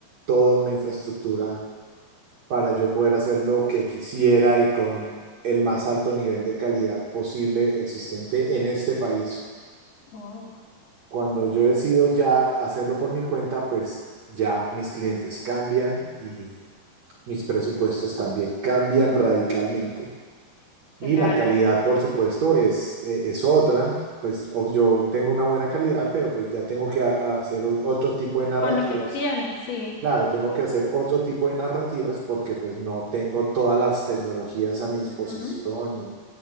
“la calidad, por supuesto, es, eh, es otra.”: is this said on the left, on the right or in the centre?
Right